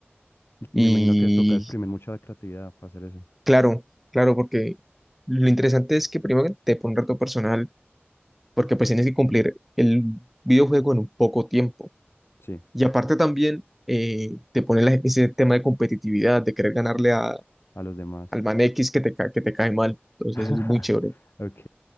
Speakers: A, on the left (about 60°); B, in the centre.
A: Y
B: Y
A: me imagino que esto toca exprimir mucha creatividad para hacer eso.
B: claro, claro, porque lo interesante es que primero que te pone un reto personal, porque pues tienes que cumplir el videojuego en un poco tiempo.
A: Sí,
B: Y aparte también eh, te pone la- ese tema de competitividad, de querer ganarle a,
A: a los demás.
B: al man X que te, ca- que te cae mal. Entonces
A: <laughs>
B: eso es muy chévere.
A: Ok.